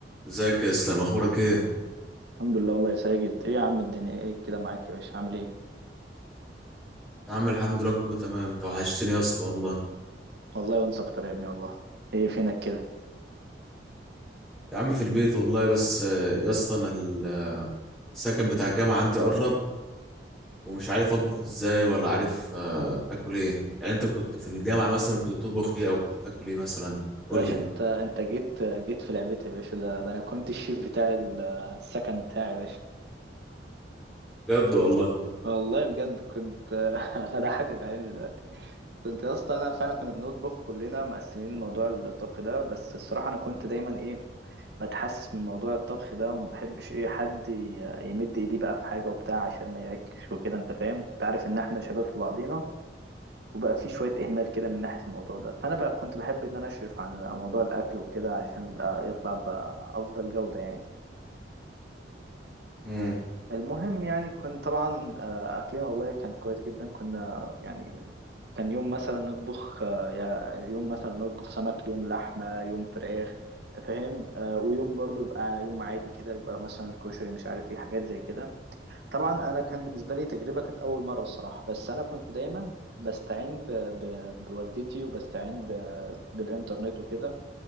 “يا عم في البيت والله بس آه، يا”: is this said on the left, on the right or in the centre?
Centre